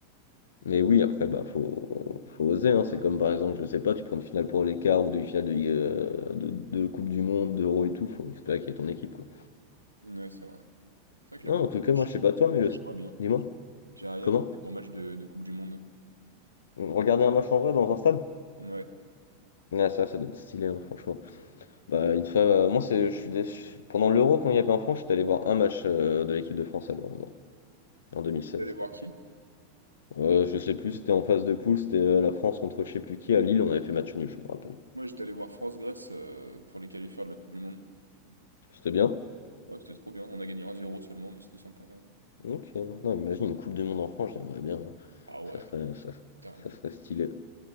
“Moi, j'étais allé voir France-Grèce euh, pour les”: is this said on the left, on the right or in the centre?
Right